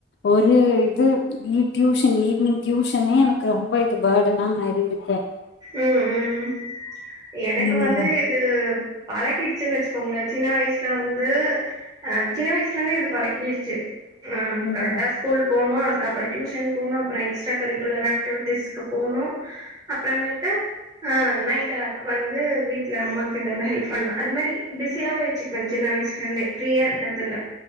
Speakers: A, on the left; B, on the right.
A: ஒரு இது வி டியூஷன் ஈவினிங் டியூஷனே எனக் ரொம்ப இது பேர்டனா மாறி இருக்கே
B: ம் ம் எனக்கு
A: நீங்க
B: வந்து
A: என்ன
B: இது பழக்கிடுச்சுன்னு வெச்சுக்கோங்களே சின்ன வயசுல வந்து ஆ சின்ன வயசுல இருந்து இது பழக்கிருச்சு ஆ
A: ம்
B: கரெக்டா ஸ்கூல் போகணு அது அப்பறோ டியூஷன் போனும் அப்றோ எக்ஸ்ட்ரா கரிக்குலர் ஆக்டிவிட்டிஸ்கு போனும் அப்பறமே ட ஆ நைட்ட வந்து வீட்டுல அம்மாக்கு எதானு ஹெல்ப் பண்ணுவே அது மாரி பிஸியாவே வச்சுக்குவே சின்ன வயசுல இருந்தே ஃப்ரியா இருக்கிறதுல